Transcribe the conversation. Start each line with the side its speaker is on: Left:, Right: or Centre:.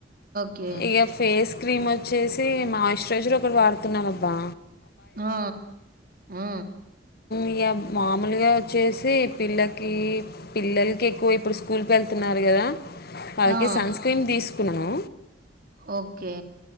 Right: కే
Left: ఇగ ఫేస్ క్రీమ్ వచ్చేసి మాయిశ్చరైజర్ ఒకటి వాడుతున్నాంబ్బా
Right: ఆ ఆ
Left: ఇక మామూలుగా వచ్చేసి పిల్లకి పిల్లలకి ఎక్కువ ఇప్పుడు స్కూల్కి వెళ్తున్నారు కదా వాళకి
Right: ఆ!
Left: సన్ స్క్రీన్ తీసుకు <unintelligible>
Right: ఓకే